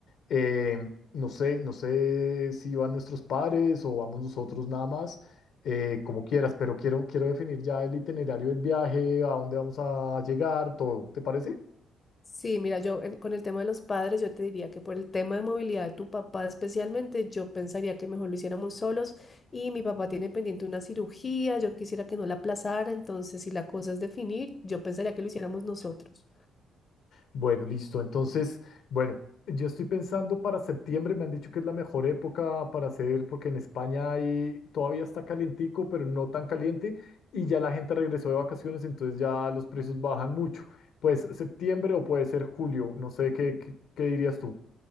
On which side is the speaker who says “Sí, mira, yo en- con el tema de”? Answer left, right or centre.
Left